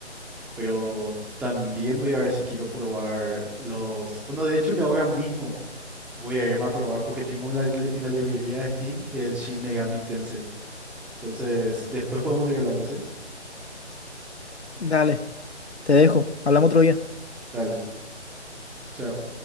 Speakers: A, in the centre; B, on the left.
A: Pero también voy a ver si quiero probar los... Bueno, de hecho que ahora mismo voy a irme a probar porque tengo en la, en la librería de Steam el Shin Megami Tensei. Entonces, después podemos seguir hablando, ¿sí?
B: Dale, te dejo. Hablamos otro día.
A: Dale, chao.